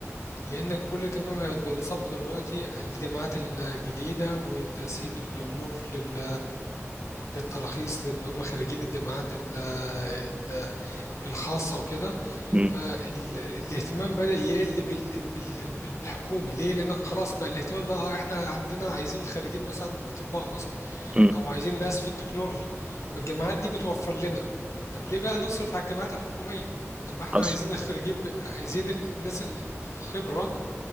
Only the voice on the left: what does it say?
لأن كل اهتمام بينصب دلوقتي الجامعات الجديدة وتسهيل الأمور لل للتراخيص اللي هم خريجين الجامعات ال- الخاصة وكده
فالاهتمام بدأ يقل بال... بال... بالحكومي ليه؟ لأن خلاص بقى الاهتمام ده اه احنا عندنا عايزين خريجين مثلا أطباء مثلا
أو عايزين ناس في التكنولوجي ما الجامعات دي بتوفر لنا طب ليه بقى نصرف على الجامعات الحكومية؟ طب ما احنا
عايزين الخريجين ب... عايزين الناس ال- الخبرة